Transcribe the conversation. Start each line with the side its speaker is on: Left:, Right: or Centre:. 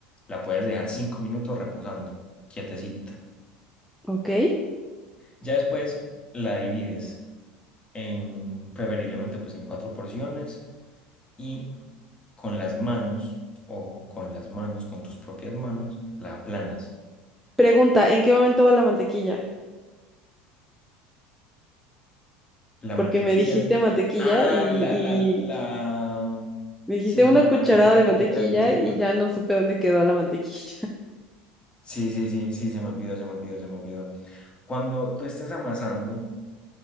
Left: la puedes dejar cinco minutos reposando, quietecita.
Centre: Ok.
Left: Ya después la divides en, preferiblemente, pues en cuatro porciones y con las manos, ojo, con las manos, con tus propias manos, la aplanas
Centre: Pregunta, ¿en qué momento va la mantequilla?
Left: La
Centre: Porque
Left: mantequilla.
Centre: me dijiste mantequilla
Left: Ah,
Centre: y,
Left: la,
Centre: y
Left: la, la.
Centre: me dijiste
Left: Sí,
Centre: una
Left: sí, la
Centre: cucharada
Left: mantequilla
Centre: de mantequilla
Left: que te dije al principio.
Centre: y ya no supe dónde quedó la mantequilla. <laughs>
Left: Sí, sí, sí, sí, se me olvidó, se me olvidó, se me olvidó. Cuando tú estés amasando,